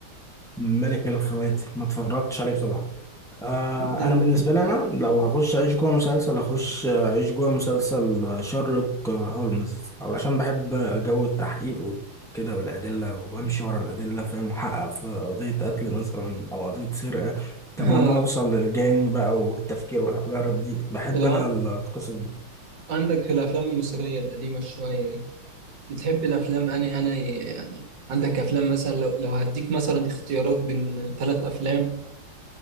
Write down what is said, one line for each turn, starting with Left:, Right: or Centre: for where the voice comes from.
Centre: ملك الخواتم ما اتفرجتش عليه بصراحه آه
Right: جامد.
Centre: انا بالنسبه لي انا لو هخش اعيش جوه مسلسل اخش اعيش جوه مسلسل شارلوك هولمز علشان بحب جو التحقيق وكده والادله وامشي ورا الادله فاهم محقق في قضيه قتل مثلا او قضيه سرقه طب
Right: اه
Centre: اما اوصل للجاني بقى والتفكير والحجارات دي بحب
Right: لو
Centre: انا القصص دي
Right: <laughs> عندك في الافلام المصرية القديمة شوية دي بتحب الافلام انا انا يعني عندك افلام مثلا لو لو هديك مثلا اختيارات بين ثلاث افلام